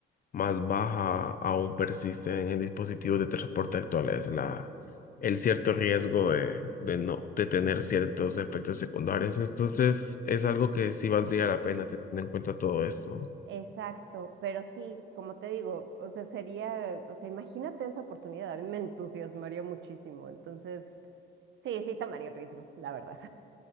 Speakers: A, on the left; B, on the right.
A: más baja, aún persisten en dispositivos de transporte actuales la, el cierto riesgo de, de no, de tener ciertos efectos secundarios. Entonces es algo que sí valdría
B: Ujú.
A: la pena teniendo en cuenta todo esto.
B: Exacto, pero sí, como te digo, o sea, sería, o sea, imagínate esa oportunidad, a mí me entusiasmaría muchísimo, entonces, sí, sí tomaría el riesgo, la verdad.